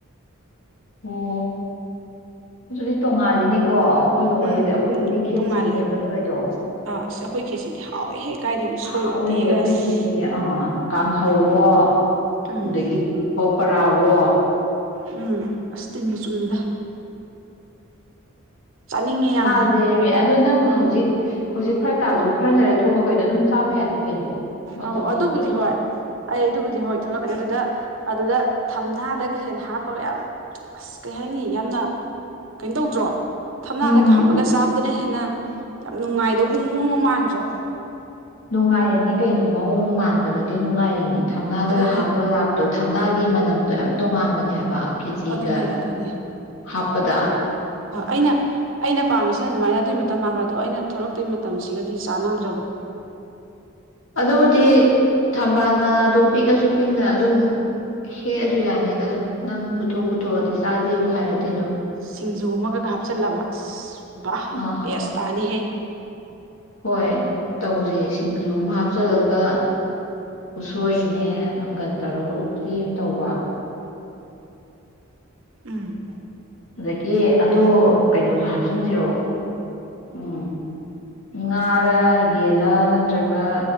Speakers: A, on the left (about 75°); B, on the right (about 75°).
A: ꯑꯣ ꯑꯗꯨꯗꯤ ꯇꯣꯡꯉꯟꯂꯤꯅꯦ ꯀꯣ ꯑꯈꯣꯢꯒ ꯃꯣꯏꯒꯗꯤ
B: ꯎꯝ
A: ꯑꯈꯣꯏꯒꯤꯗꯤ ꯈꯦꯠꯆꯤꯅꯦꯕ
B: ꯇꯣꯡꯉꯥꯜꯂꯦ
A: ꯇꯧꯔꯤꯗꯣ
B: ꯑꯥ ꯑꯁ ꯑꯩꯈꯣꯏ ꯈꯦꯁꯤꯗꯤ ꯍꯥꯎꯋꯦꯍꯦ ꯀꯥꯏꯗꯩ ꯎꯁꯣꯏ
A: ꯍꯥꯎꯋꯦ
B: ꯎꯇꯤꯒ
A: ꯑꯈꯣꯏ
B: ꯑꯁ
A: ꯈꯦꯆꯤꯗꯤ ꯑꯥ ꯀꯥꯡꯍꯧꯋꯣ
B: ꯎꯝ
A: ꯑꯗꯒꯤ ꯄꯧꯀꯔꯥꯋꯣ
B: ꯎꯝ ꯑꯁ ꯇꯤꯟꯒ ꯆꯨꯝꯃꯤꯗ ꯆꯥꯅꯤꯡꯉꯦ ꯌꯥꯝꯅ
A: ꯆꯥꯖꯦꯃꯦ ꯑꯗꯣ ꯅꯪ ꯍꯧꯖꯤꯛ ꯍꯧꯖꯤꯛ ꯐꯔꯛ ꯇꯥꯔꯖꯨ ꯈꯔꯥ ꯂꯩꯔꯥ ꯊꯣꯛꯂꯛꯑꯣ ꯀꯩꯅꯣ ꯑꯗꯨꯝ ꯆꯥꯕ ꯌꯥꯅꯤ ꯀꯩꯅꯣ ꯃꯇꯝ
B: ꯑꯧ ꯑꯗꯨꯕꯨꯗꯤ
A: ꯅꯠꯇ꯭ꯔꯁꯨ
B: ꯍꯣꯏ ꯑꯩ ꯑꯗꯨꯕꯨꯗꯤ ꯍꯣꯏ ꯊꯣꯛꯂꯛꯀꯅꯤ ꯑꯗꯨꯗ ꯑꯗꯨꯗ ꯊꯝꯅꯥꯗꯒ ꯍꯦꯟꯅ ꯍꯥꯞꯄꯒ ꯌꯥꯝ ꯑꯁ ꯀꯩ ꯍꯥꯏꯅꯤ ꯌꯥꯝꯅ ꯀꯩꯥꯝ ꯇꯧꯗ꯭ꯔꯣ ꯊꯝꯅꯥꯗꯒ
A: ꯎꯝ
B: ꯍꯥꯞꯄꯒ ꯆꯥꯕꯗꯨꯅ ꯍꯦꯟꯅ ꯌꯥꯝ ꯅꯨꯡꯉꯥꯏꯗꯧꯕ ꯃꯑꯣꯡꯒ ꯃꯥꯟꯗ꯭ꯔꯣ
A: ꯅꯨꯡꯉꯥꯏꯔꯤꯅꯤ ꯀꯩꯅꯣ ꯃꯑꯣꯡ ꯃꯥꯟꯕ ꯅꯠꯇꯦ ꯅꯨꯡꯉꯥꯏꯔꯤꯅꯤ ꯊꯝꯅꯥꯗꯒ
B: ꯑꯗꯨꯅꯦ
A: ꯍꯥꯞꯄꯒ ꯆꯕꯗꯣ ꯊꯝꯅꯥꯒꯤ ꯃꯅꯝꯗꯣ ꯌꯥꯝ ꯇꯣꯉꯥꯟꯕꯅꯦ ꯍꯥꯏꯕ ꯈꯦꯆꯤꯒ
B: ꯑꯗꯨꯅꯦ ꯑꯗꯨꯅꯦ
A: ꯍꯥꯞꯄꯗ
B: ꯑ ꯑꯩꯅ ꯑꯩꯅ ꯄꯥꯝꯃꯤꯁꯤꯅ ꯑꯗꯨꯃꯥꯏꯅ ꯑꯗꯨꯏ <unintelligible> ꯑꯩꯅ ꯊꯣꯛꯂꯛꯇꯣꯏ ꯃꯇꯝꯁꯤꯒꯗꯤ ꯆꯥꯅꯗ꯭ꯔꯕ
A: ꯑꯗꯨꯕꯨꯗꯤ ꯊꯝꯕꯥꯜ ꯃꯅꯥꯗꯣ ꯄꯤꯛꯑꯁꯨ ꯄꯤꯛꯅ ꯑꯗꯨꯝ ꯍꯦꯛꯑꯁꯨ ꯌꯥꯅꯤꯗ ꯅꯪꯕꯨ ꯊꯣꯛꯄꯨ ꯊꯣꯛꯑꯗꯤ ꯆꯥꯖꯦꯕꯨ ꯍꯥꯏꯔꯗꯤ ꯑꯗꯨꯝ
B: ꯁꯤꯡꯖꯨ ꯑꯃꯒ ꯒ ꯍꯥꯞꯆꯜꯂꯕ ꯑꯁ ꯕꯥ
A: ꯑꯥ
B: ꯕꯦꯁ ꯇꯥꯅꯤꯍꯦ
A: ꯍꯣꯏ ꯇꯧꯖꯦ ꯁꯤꯡꯖꯨ ꯑꯃ ꯍꯥꯞꯆꯤꯜꯂꯒ ꯎꯁꯣꯏꯅꯦ ꯃꯪꯒꯟ ꯇꯧꯔꯒ ꯎꯇꯤ ꯑꯃ ꯇꯧꯕ
B: ꯎꯝ
A: ꯑꯗꯒꯤ ꯑꯗꯣ ꯀꯩꯅꯣꯖꯨ ꯍꯥꯞꯆꯟꯖꯤꯔꯣ ꯎꯝ ꯉꯥꯔꯥ ꯌꯦꯜꯂꯥ ꯅꯠꯇ꯭ꯔꯒ